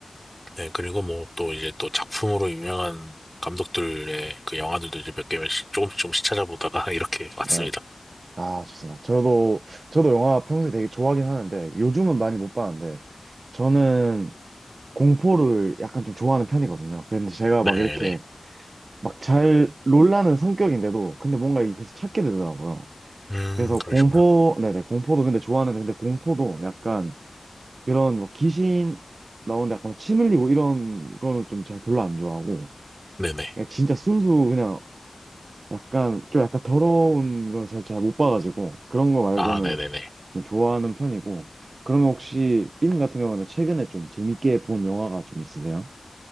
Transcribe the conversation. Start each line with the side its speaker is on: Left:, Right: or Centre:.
Centre: 네, 그리고 뭐 또 이제 또 작품으로 유명한 감독들의 그 영화들도 이제 몇 개씩 조금씩 조금씩 찾아보다가 <laughs> 이렇게
Right: 네.
Centre: 왔습니다.
Right: 아, 좋습니다. 저도, 저도 영화 평소에 되게 좋아하긴 하는데, 요즘은 많이 못 봤는데, 저는 공포를 약간 좀 좋아하는 편이거든요. 근데 제가
Centre: 네네.
Right: 막 이렇게 막 잘 놀라는 성격인데도, 근데 뭔가 이게 계속 찾게 되더라고요.
Centre: 음,
Right: 그래서
Centre: 그러시구나.
Right: 공포, 네네, 공포도 근데 좋아하는데, 근데 공포도 약간 그런 뭐 귀신 나오는데 약간 침 흘리고 이런 거는 좀 잘 별로 안 좋아하고,
Centre: 네네.
Right: 그냥 진짜 순수 그냥 약간 좀 약간 더러운 거 제가 잘 못 봐가지고, 그런 거 말고는
Centre: 아, 네네네.
Right: 좀 좋아하는 편이고. 그러면 혹시 삔 같은 경우는 최근에 좀 재밌게 본 영화가 좀 있으세요?